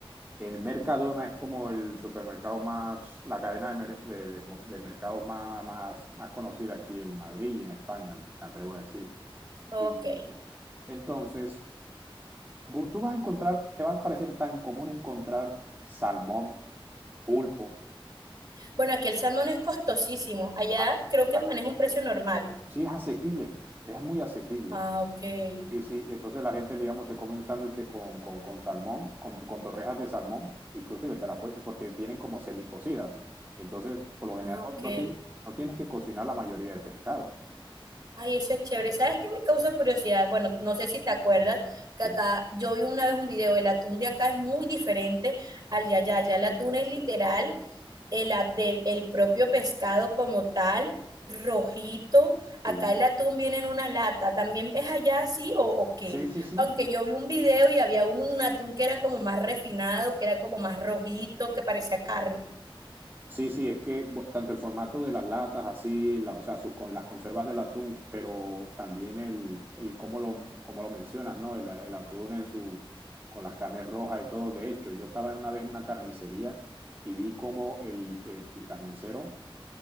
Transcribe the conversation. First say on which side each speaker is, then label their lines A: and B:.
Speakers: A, on the right; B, on the right.
A: el Mercadona es como el supermercado más, la cadena de, mer- de, de co- de mercados más, más, más conocida aquí en Madrid y en España, me atrevo a decir.
B: ok.
A: Y entonces, bu- tú vas a encontrar, te va a parecer tan común encontrar salmón, pulpo.
B: Bueno, aquí el salmón es costosísimo. Allá
A: a-
B: creo que
A: a-
B: maneja un precio normal.
A: Sí, es asequible, es muy asequible.
B: Ah, ok.
A: Sí, sí, entonces la gente, digamos, se come un sándwich con, con, con salmón, con, con torrejas de salmón, inclusive te la puede- porque vienen como semicocidas. Entonces, por lo general,
B: Ah,
A: no,
B: ok.
A: no, tien- no tienes que cocinar la mayoría de pescado.
B: Ay, eso es chévere. ¿Sabes qué me causa curiosidad? Bueno, no sé si te acuerdas que
A: Sí,
B: acá yo vi una vez un video, el atún de acá es muy diferente al de allá. Allá el atún es literal el, a- del, el propio pescado como tal, rojito.
A: sí,
B: Acá el atún viene en una lata. ¿También es allá así o, o qué?
A: Sí, sí, sí.
B: Aunque yo vi un video y había un, un atún que era como más refinado, que era como más rojito, que parecía carne.
A: Sí, sí, es que bu- tanto el formato de las latas, así, la- o sea, sus, con las conservas del atún, pero también el, el cómo lo, cómo lo mencionas, ¿no? El, el atún en su, con las carnes rojas y todo. De hecho, yo estaba una vez en una carnicería y vi cómo el, el- el carnicero